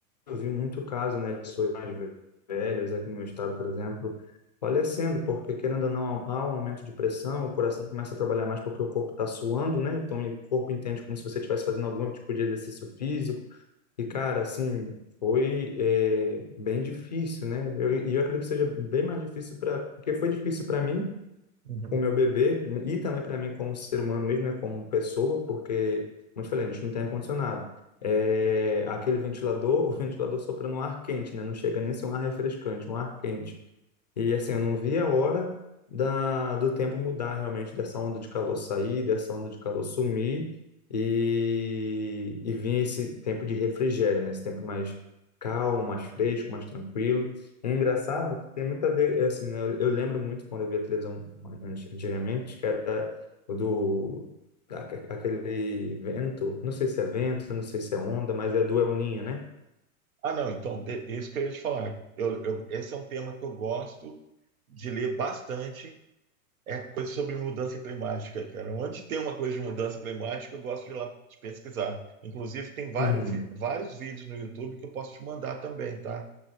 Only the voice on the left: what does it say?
eu vi muito caso, né, de pessoas mais velhas aqui no meu estado, por exemplo, falecendo, porque querendo ou não, há um aumento de pressão, o coração começa a trabalhar mais porque o corpo está suando, né? Então o corpo entende como se você estivesse fazendo algum tipo de exercício físico. E, cara, assim, foi é, bem difícil, né? E Eu- eu, acredito que seja bem mais difícil para. Porque foi difícil para mim,
o meu bebê e também para mim como ser humano mesmo, né, como pessoa, porque, como eu te falei, a gente não tem ar-condicionado. É, aquele ventilador, <laughs> o ventilador sopra no ar quente, né? Não chega nem a ser um ar refrescante, um ar quente. E assim, eu não vi a hora da, do tempo mudar realmente, dessa onda de calor sair, dessa onda de calor sumir e, e vir esse tempo de refrigério, né? Esse tempo mais calmo, mais fresco, mais tranquilo. É engraçado que tem muito a ver, é assim, né? Eu, eu lembro muito quando eu via televisão anti- antigamente, que era o do da- aquele vento, não sei se é vento, não sei se é onda, mas é do El Ninho, né?
Uhum,